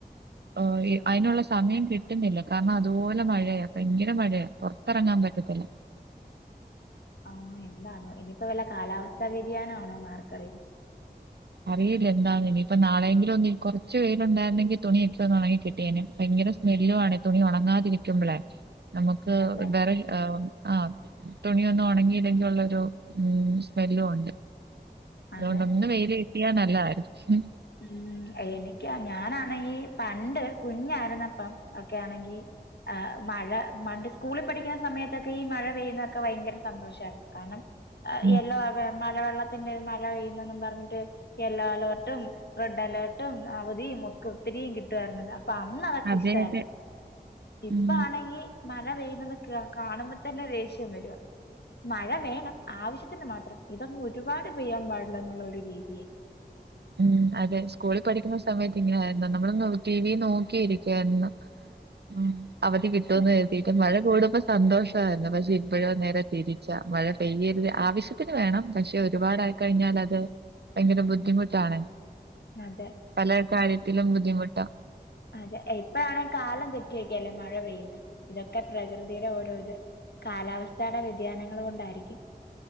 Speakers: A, on the right; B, on the left.
A: ഓഹ്
B: ശോ
A: ഇ അയിനുള്ള സമയം കിട്ടുന്നില്ല കാരണം അതുപോലെ മഴയ പയങ്കര മഴയ പൊറത്തെറങ്ങാൻ പറ്റത്തില്ല
B: ആഹ് എന്താണോ ഇനിയിപ്പോ വല്ല കാലാവസ്ഥാ വ്യതിയാനം ആണോന്ന് ആർക്കറിയാം
A: അറിയില്ല എന്താന്ന് ഇനിയിപ്പ നാളെങ്കിലും ഒന്ന് കൊറച്ചു വേയിലൊ ണ്ടായിരുന്നെങ്കി തുണിയൊക്കെ ഒന്ന് ഉണങ്ങി കിട്ടിയേനെ ഭയങ്കര സ്മെല്ലു ആണ് തുണി ഒണങ്ങാതിരിക്കുമ്പഴെ നമുക്ക്
B: അതെ
A: വേറെ ആഹ് ആ തുണിയൊന്നും ഉണങ്ങിയില്ലെങ്കി ഒള്ളരു ഉ സ്മെല്ലും ഉണ്ട് അതോണ്ട്
B: അതെ
A: ഒന്ന് വെയില് നല്ലതാരുന്നു
B: ഉം എനിക്ക് ഞാനാണെങ്കി പണ്ട് കുഞ്ഞാരുന്നപ്പം ഒക്കെ ആണെങ്കി ആ മഴ മണ്ട് സ്കൂളി പഠിക്കുന്ന സമയത്തൊക്കെ ഈ മഴ പെയ്യുന്നക്കെ വയങ്കര സന്തോഷായിരുന്നു കാരണം
A: ഉം.
B: എല്ലോ ആവ് മഴവെള്ള ത്തിന്റെ മഴ പെയ്യുന്നന്നും പറഞ്ഞിട്ട് എല്ലോ അലോർട്ടും റെഡ് അലേർട്ടും അവധിയും ഒക്കെ ഒത്തിരീം കിട്ടുആയിരുന്നല്ലോ അപ്പ അന്ന് അതൊക്കെ
A: അതെ
B: ഇഷ്ട്ടായിരുന്നു.
A: അതെ.
B: ഇപ്പ
A: ഉം
B: ആണെങ്കി മ മഴ പെയ്യുന്നന്ന് കാണുമ്പോൾ തന്നെ ദേഷ്യം വരിക മഴ വേണം ആവശ്യത്തിന് മാത്രം ഇതങ്ങ് ഒരുപാട് പെയ്യാൻ പാടില്ല എന്നുള്ള ഒരു രീതിയായി
A: ഉം അതെ സ്കൂളിൽ പഠിക്കുന്ന സമയത്ത് ഇങ്ങനെ ആയിന്ന നമ്മള ടി വി നോക്കിയിരിക്കായിരുന്നു ഉം അവധി കിട്ടോ
B: ഛെ
A: എന്ന് കരുതിയിട്ടും മഴ കൂടുപ്പ സന്തോഷമായിരുന്നു പക്ഷെ ഇപ്പോഴും നേരെ തിരിച്ച മഴ പെയ്യരുത് ആവശ്യത്തിന് വേണം പക്ഷെ ഒരുപാട ആയി കഴിഞ്ഞാ അത് ഭയങ്കര ബുദ്ധിമുട്ട് ട്ടാണ്
B: അതെ
A: പല കാര്യത്തിലും ബുദ്ധിമുട്ട്
B: അതെ ഇപ്പഴാണെങ്കി കാലം തെറ്റിയൊക്കെയല്ലേ മഴ പെയ്യും ഇതൊക്കെ പ്രകൃതിയുടെ ഓരോരു കാലാവസ്ഥയുടെ വ്യതിയാനങ്ങൾ കൊണ്ടായിരിക്കും